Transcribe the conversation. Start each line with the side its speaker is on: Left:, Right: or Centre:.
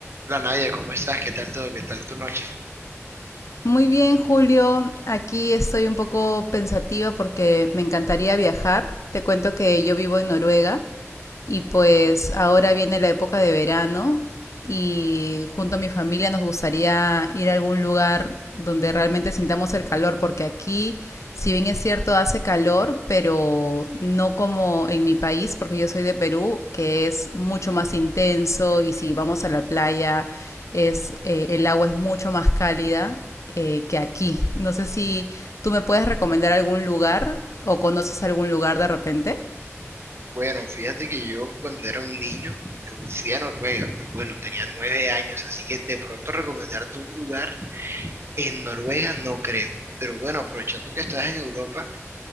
Right: Hola Nadia, ¿cómo estás? ¿Qué tal todo? ¿Qué tal tu noche?
Left: Muy bien, Julio. Aquí estoy un poco pensativa porque me encantaría viajar. Te cuento que yo vivo en Noruega y pues ahora viene la época de verano y junto a mi familia nos gustaría ir a algún lugar donde realmente sintamos el calor, porque aquí, si bien es cierto, hace calor, pero no como en mi país, porque yo soy de Perú, que es mucho más intenso y si vamos a la playa, es, eh, el agua es mucho más cálida eh, que aquí. No sé si tú me puedes recomendar algún lugar o conoces algún lugar de repente.
Right: Bueno, fíjate que yo cuando era un niño, yo fui a Noruega, pero bueno, tenía nueve años, así que de pronto recomendarte un lugar en Noruega no creo. Pero bueno, aprovechando que estás en Europa,